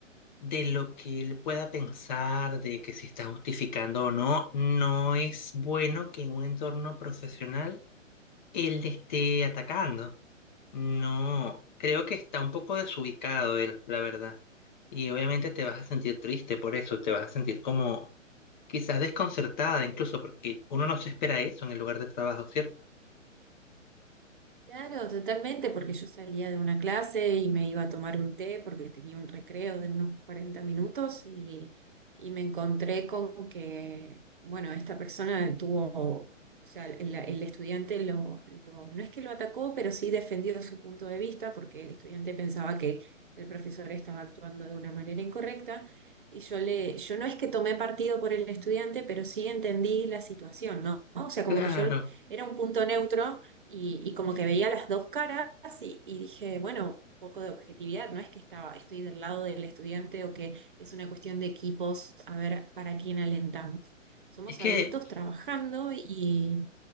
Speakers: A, on the left; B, on the right.
A: de lo que él pueda pensar, de que si está justificando o no, no es bueno que en un entorno profesional él le esté atacando. No, creo que está un poco desubicado él, la verdad. Y obviamente te vas a sentir triste por eso, te vas a sentir como... quizás desconcertada incluso, porque uno no se espera eso en el lugar de trabajo, ¿cierto?
B: Claro, totalmente, porque yo salía de una clase y me iba a tomar un té porque tenía un recreo de unos 40 minutos y, y me encontré con que, bueno, esta persona tuvo, o sea, el, el estudiante lo, lo- no es que lo atacó, pero sí defendió su punto de vista porque el estudiante pensaba que el profesor estaba actuando de una manera incorrecta y yo le, yo no es que tomé partido por el estudiante, pero sí entendí la situación, ¿no? O sea, como
A: Claro,
B: que yo era un punto neutro y, y como que veía las dos caras y, y dije, bueno, poco de objetividad, no es que estaba, estoy del lado del estudiante o que es una cuestión de equipos, a ver para quién alentamos. Somos
A: es que,
B: adultos trabajando y,